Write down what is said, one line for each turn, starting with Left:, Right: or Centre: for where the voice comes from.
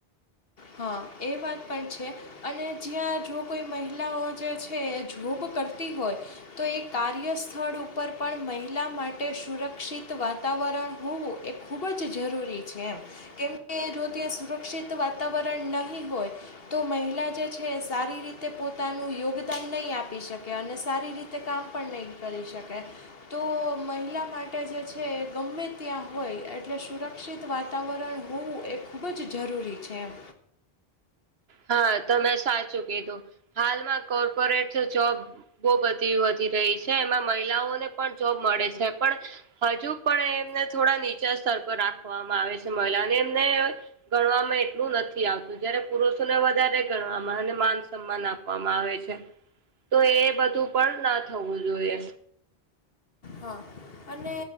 Left: હા એ વાત પણ છે. અને જ્યાં જો કોઈ મહિલાઓ જે છે જોબ કરતી હોય તો એ કાર્ય સ્થળ ઉપર પણ મહિલા માટે સુરક્ષિત વાતાવરણ હોવું ખૂબ જ જરૂરી છે એમ કેમ કે જો ત્યાં સુરક્ષિત વાતાવરણ નહીં હોય તો મહિલા જે છે સારી રીતે પોતાનું યોગદાન નહી આપી શકે અને સારી રીતે તે કામ પણ નહીં કરી શકાય તો મહિલા માટે જે છે ગમે ત્યાં હોય એટલે સુરક્ષ ક્ષિત વાતાવરણ હોવું એ ખૂબ જ જરૂરી છે એમ
Right: હા તમે સાચું કીધું હાલમાં કોર્પોરેટ જોબ બહુ બધી વધી રહી છે એમાં મહિલાઓને પણ જોબ મળે છે પણ હજુ પણ એમને થોડા નીચા સ્તર પર રાખવામાં આવે છે મહિલાને એમને ગણવામાં એટલું નથી આવતું જય્યારે પુરુષ ને વધારે ગણવામાં અને માન સન્માન આપવામાં આવે છે. તો એ બધું પણ ના થવું જોઈએ
Left: હા અને